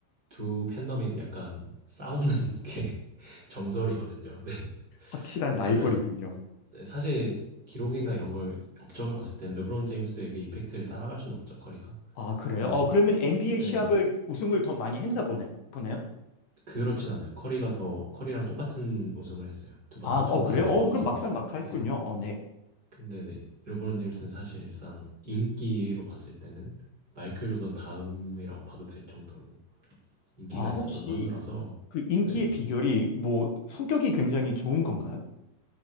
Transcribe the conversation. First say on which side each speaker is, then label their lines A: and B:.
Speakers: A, on the right; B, on the left.
A: 두 팬덤이 약간 싸우는 <laughs> 게 정설이거든요. 네.
B: 확실한
A: 왜냐면
B: 라이벌이군요.
A: 네 사실 기록이나 이런 걸 업적을 봤을 땐 르브론 제임스의 그 임팩트를 따라갈 수는 없죠, 커리가.
B: 아, 그래요?
A: 근데
B: 어, 그러면 NBA
A: 네.
B: 시합을 우승을 더 많이 했나 보네, 보네요?
A: 그렇진 않아요. 커리가 더 커리랑 똑같은 우승을 했어요. 두 번,
B: 아,
A: 둘
B: 어,
A: 다
B: 그래요?
A: 네
B: 어,
A: 번 우승.
B: 그럼 막상 막하
A: 네.
B: 했군요. 어, 네.
A: 근데 네, 르브론 제임스는 사실상 인기로 봤을 때는 마이클 조던 다음이라고 봐도 될 정도로 인기가
B: 아,
A: 있었던
B: 혹시
A: 선수라서
B: 그 인기의
A: 네.
B: 비결이 뭐 성격이 굉장히 좋은 건가요?